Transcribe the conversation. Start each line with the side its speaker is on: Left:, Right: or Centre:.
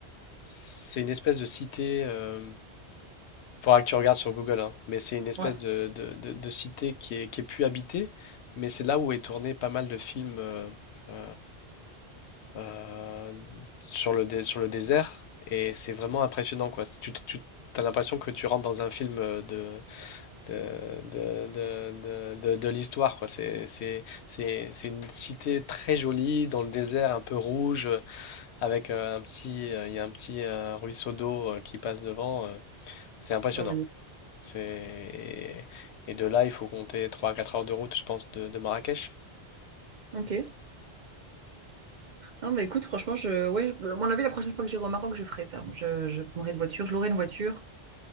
Left: c'est une espèce de cité. Il faudra que tu regardes sur Google, hein, mais c'est une espèce
Right: Ouais,
Left: de, de- de- de cité qui est, qui est plus habitée. Mais c'est là où est tourné pas mal de films euh, euh, euh, sur le, dé- sur le désert. Et c'est vraiment impressionnant, quoi. Tu, tu as l'impression que tu rentres dans un film euh, de, de, de, de, de, de- de l'histoire, quoi. C'est, c'est, c'est, c'est une cité très jolie, dans le désert un peu rouge, euh, avec euh, un petit, euh, il y a un petit euh, ruisseau d'eau euh, qui passe devant. euh, c'est impressionnant.
Right: ouais, magnifique.
Left: C'est... Et de là, il faut compter trois à 4 heures de route, je pense, de, de Marrakech.
Right: Ok. Non, mais écoute, franchement, je, ouais, je- à mon avis, la prochaine fois que j'irai au Maroc, je ferai ça. Je, je prendrai une voiture, je louerai une voiture